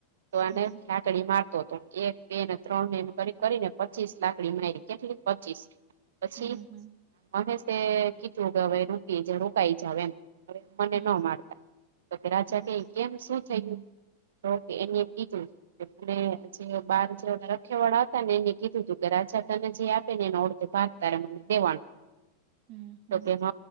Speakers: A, on the right (about 60°); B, on the right (about 40°).
A: તો આ
B: હમ
A: લાકડી મારતો હતો એ બે ને ત્રણ ને એ કરી કરીને પચીસ લાકડી મારી કેટલી પચીસ પછી.
B: હમ
A: અમે તે કીચું કે હવે રોકી રોકાઈ જ એમ અરે મને
B: હમ
A: ન મારતા તો રાજા
B: હમ
A: કે કેમ શું થયુ. ઓકે એની એમ બીધુ ને જે બાર જે રખેવાળા આવતા ને એને કીધું તું કે રાજા તને જે આપે ને એને ઓડધ ભાગ તારે મને દેવાનું
B: હમ હમ
A: તો કે હ